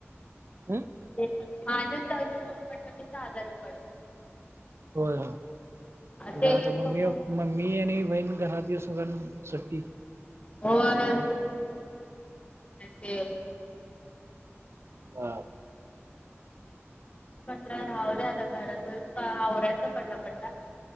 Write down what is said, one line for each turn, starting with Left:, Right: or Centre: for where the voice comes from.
Right: हम.
Left: माझं जववन म्हटलं मी साधरण पड.
Right: होय.
Left: ते
Right: घ आता ममी
Left: पप्पा
Right: म ममी आणि बहीण घरात ये सोगण सुट्टी
Left: हो आहे ते
Right: ह
Left: पत्र राहुदे आता घरातून आवरायचा पड्टा पट्टा